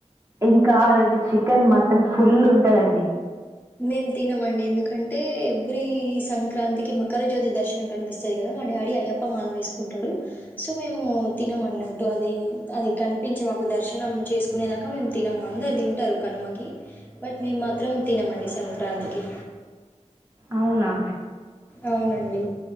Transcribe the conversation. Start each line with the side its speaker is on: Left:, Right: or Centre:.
Right: ఇంకా ఆ రోజు చికెన్ మటన్ ఫుల్ ఉంటదండి
Left: మేము తినమండి ఎందుకంటే ఎవ్రీ సంక్రాంతికి మకర జ్యోతి దర్శనం కనిపిస్తుది కదా మా డాడీ అయ్యప్ప మాల వేసుకుంటాడు సో మేము తినం అన్నట్టు అది అది కనిపించి మాకు దర్శనం చేసుకునేదాకా మేము తినము అందరు తింటారు కనుమకి బట్ మేము మాత్రం ఈ సంక్రాంతికి
Right: అవునా
Left: అవునండి